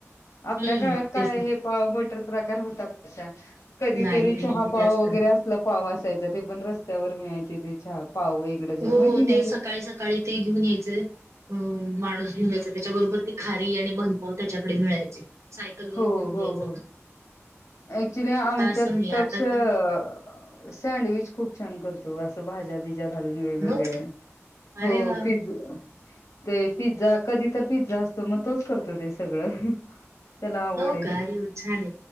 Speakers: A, on the left (about 75°); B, on the right (about 70°).
A: आपल्या
B: हम्म
A: काळात काय
B: तेच ना
A: हे पाव, बटर प्रकार होतात अशा, कधी
B: नाही
A: तरी
B: नाही
A: चहा,
B: नाही
A: पाव
B: जास्त
A: वैगरे
B: नाही.
A: आपला पाव असायच ते पण रस्त्यावर मिळायचे ते चहा, पाव एक डझन
B: हो
A: माहिती
B: ते,
A: ना
B: सकाळी- सकाळी ते घेऊन यायचे. हो, माणूस घेऊन जायचा, त्याच्याबरोबर ती खारी आणि बनपाव त्याच्याकडे मिळायचे. सायकल वरून
A: हो,
B: घेऊन
A: हो,
B: यायचं
A: हो ऍक्च्युली आमच्यात
B: आता असं नाही
A: तसं
B: आता काय
A: सँडविच खूप छान करतो, असं भाज्या बी. घालून वेगवेगळे्या
B: हो का? अरे
A: हो
B: वा
A: पिज्ज ते पिझ्झा, कधी तर पिझ्झा असतो. मग तोच करतो ते सगळं. त्याला आवड
B: हो,
A: आहे
B: काडू झाले.